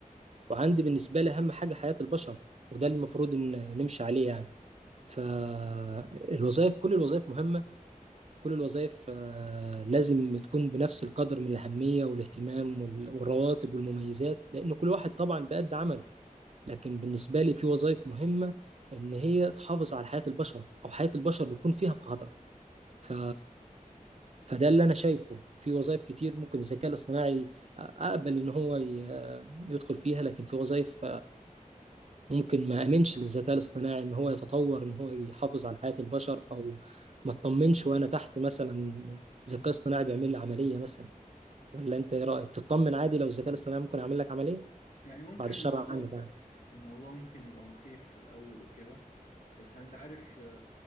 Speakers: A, on the right (about 50°); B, on the left (about 75°).
A: وعندي بالنسبة لي أهم حاجة حياة البشر وده اللي المفروض إن نمشي عليه يعني فالوظائف كل الوظائف مهمة كل الوظائف آه، لازم تكون بنفس القدر من الأهمية والاهتمام وال- والرواتب والمميزات لأن كل واحد طبعا بقد عمله لكن بالنسبة لي في وظائف مهمة إن هي تحافظ على حياة البشر أو حياة البشر بيكون فيها في خطر ف... فده اللي أنا شايفه في وظائف كتير ممكن الذكاء الاصطناعي أقبل إن هو ي... يدخل فيها لكن في وظائف ممكن ما امنش للذكاء الاصطناعي ان هو يتطور ان هو يحافظ على حياة البشر او ما اطمنش وانا تحت مثلا ذكاء اصطناعي بيعمل لي عملية مثلا ولا انت ايه رأيك تطمن عادي لو الذكاء الاصطناعي ممكن يعمل لك عملية
B: يعني ممكن
A: بعد الشر
B: الموضوع
A: عنك يعني
B: الموضوع ممكن يبقى مخيف في الأول وكده بس أنت عارف